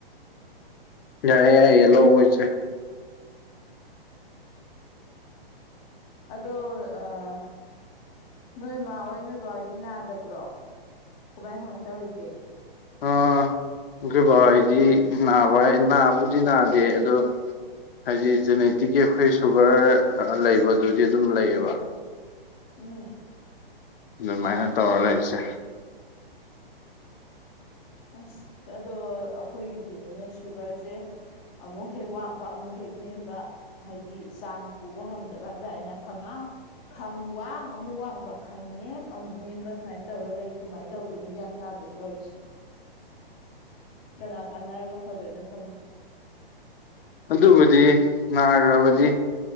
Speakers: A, on the left; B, on the left.
A: ꯌꯥꯏꯌꯦ ꯌꯥꯏꯌꯦ ꯂꯧꯋꯣ ꯏꯆꯦ
B: ꯑꯗꯣ ꯑꯥ ꯅꯣꯏꯃꯥ ꯍꯣꯏ ꯅꯣꯏꯕꯥ ꯍꯣꯏꯗꯤ ꯅꯥꯗꯕ꯭ꯔꯣ ꯀꯃꯥꯏ ꯀꯃꯥꯏ ꯇꯧꯔꯤꯒꯦ
A: ꯑꯥ ꯑꯩꯈꯣꯏ ꯕꯥ ꯍꯣꯏꯗꯤ ꯅꯥꯕ ꯍꯥꯏ ꯅꯥꯕꯨꯗꯤ ꯅꯥꯗꯦ ꯑꯗꯣ ꯍꯥꯏꯗꯤ ꯖꯦꯅꯦꯇꯤꯛꯀꯤ ꯑꯩꯈꯣꯏ ꯁꯨꯒꯔ ꯑꯥ ꯂꯩꯕꯗꯨꯗꯤ ꯑꯗꯨꯝ ꯂꯩꯌꯦꯕ
B: ꯎꯨꯝ
A: ꯅꯨꯃꯥꯏꯅ ꯇꯧꯔ ꯂꯩꯔꯤ ꯏꯆꯦ
B: ꯑꯁ ꯑꯗꯣ ꯑꯩꯈꯣꯏꯒꯤꯖꯨꯅꯤꯅꯦ ꯁꯨꯒꯔꯖꯦ ꯑꯃꯨꯛ ꯍꯦꯛ ꯋꯥꯡꯕ ꯑꯃꯨꯛ ꯍꯦꯛ ꯅꯦꯝꯕ ꯍꯥꯏꯗꯤ ꯆꯥꯡ ꯄꯨꯕ ꯉꯝꯗꯕ ꯍꯥꯏꯇꯥꯔꯦꯅꯦ ꯈꯉꯥꯡ ꯈꯪꯋꯥꯡ ꯑꯃꯨꯛ ꯋꯥꯡꯕ ꯈꯪꯅꯦꯝ ꯑꯃꯨꯛ ꯅꯦꯝꯕ ꯁꯨꯃꯥꯏꯅ ꯇꯧꯔ ꯂꯩ ꯀꯃꯥꯏꯅ ꯇꯧꯗꯣꯏꯅꯣ ꯒ꯭ꯌꯥꯟ ꯇꯥꯗꯦ ꯇꯧꯔꯤꯁꯦ ꯀꯅꯥ ꯇꯥꯟꯅꯔꯒ ꯐꯗꯣꯏꯅꯣ ꯈꯪꯗꯦ
A: ꯑꯗꯨꯕꯨꯗꯤ ꯅꯥꯒ꯭ꯔꯕꯗꯤ